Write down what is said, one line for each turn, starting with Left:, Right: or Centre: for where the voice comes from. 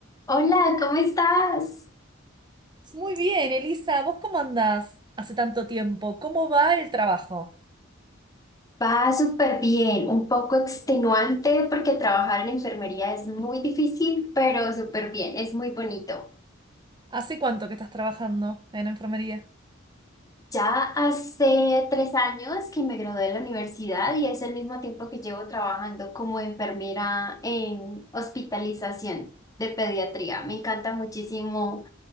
Left: Hola, ¿cómo estás?
Right: Muy bien, Elisa, ¿vos cómo andás hace tanto tiempo? ¿Cómo va el trabajo?
Left: Va súper bien, un poco extenuante porque trabajar en enfermería es muy difícil, pero súper bien, es muy bonito.
Right: ¿Hace cuánto que estás trabajando en enfermería?
Left: Ya hace tres años que me gradué de la universidad y es el mismo tiempo que llevo trabajando como enfermera en hospitalización de pediatría. Me encanta muchísimo